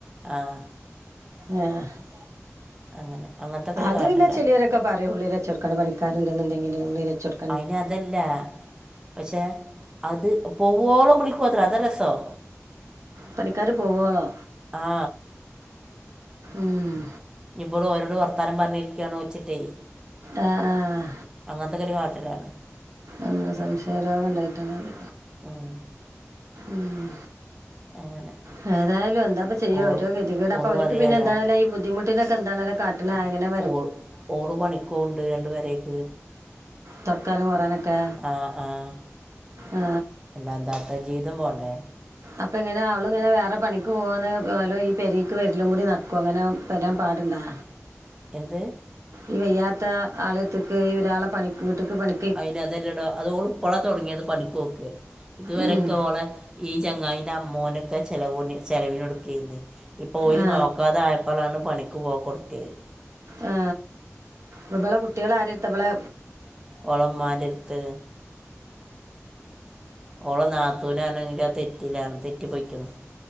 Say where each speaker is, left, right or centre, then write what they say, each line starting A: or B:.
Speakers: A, on the right; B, on the right.
A: ആഹ്
B: ആ... ഹ്
A: അങ്ങനെ അങ്ങനത്തെ ഒക്കെ ഒരു
B: അത്
A: കാട്ടലാണ്
B: പിന്നെ ചിലേരൊക്കെ പറയും ഉള്ളിലച്ചോർക്കണം പണിക്കാരുണ്ട്ന്നുണ്ടെങ്കില് ഉള്ളിലു വെച്ചോട്
A: അയിന് അതല്ല. പക്ഷെ അത് പൊവോളും കുളിക്കുവത്രെ അതാ രസം
B: പണിക്കാര് പോവുളോമ്
A: ആ
B: മ്
A: ഇഞ്ഞി ഇബള് ഓരോട് വർത്താനം പറഞ്ഞിരിക്കുകയാണോച്ചിട്ടെയ്
B: ആ ആഹ്
A: അങ്ങനത്തൊക്കെ ഒരു കാട്ടലാണ്
B: അങ്ങനെ സംശയരോഗ ണ്ടായിട്ടാണത്
A: ആഹ്
B: ഊമ്
A: അങ്ങനെ
B: ഹേതായാലും എന്താപ്പ ചെയ്യാ
A: ഓള്
B: ഓരോ ഗതികേട് അപ്പൊ
A: ഓള്
B: അവർക്ക്
A: പറയാലോ
B: പിന്നെ എന്താണല്ലോ ഇ ബുദ്ധിമുട്ട് കുട്ടിനൊക്കെ എന്താങ്ങനെ കാട്ട്നെ <unintelligible>
A: ഓ ഓള് പണിക്കോൺണ്ട് രണ്ടു പേരേക്ക്
B: തൊടക്കാനും മോറാനൊക്കെ
A: ആ ആ
B: ആ
A: അല്ല എന്താട്ട ജീവിതം പോണ്ടേ.
B: അപ്പോ എങ്ങനെ അവള്ങ്ങനെ വേറെ പണിക്ക് പോകലും ഈ പെരീക്ക് വരിലും കൂടി നടക്കോ? ങ്ങനെ വരാം പാട്ണ്ടോ?
A: എന്ത്?
B: ഈ വയ്യാത്ത ആളെര്ത്ക്ക് ഈ ഒരാളെ പണിക്ക് വീട്ടക്ക് പണി
A: അയിന് അതെല്ലടോ അത് ഓള് പ്പള തൊടങ്ങീത്. പണിക്കോക്ക് ഇതുവരൊക്കെ
B: ഉം.
A: ഓളെ ഈ ചങ്ങായിന്റെ അമ്മോനൊക്കെ ചെലവ്ന് ചെലവ്നൊട്ക്കേര്ന്നു ഇപ്പോ ഓല്
B: ആ
A: നോക്കാതായപ്പോ പ്പളാണ് പണിക്ക് പോകൊട്ത്യേത്.
B: ആ പ്പോ ബളെ കുട്യേളാരേര്ത്ത. ബ്ളെ
A: ഓളമ്മാൻ്റെര്ത്ത് ഓള നാത്തൂനാണെങ്കിലോ തെറ്റിലാണ് തെറ്റി പോയിക്കുണ്.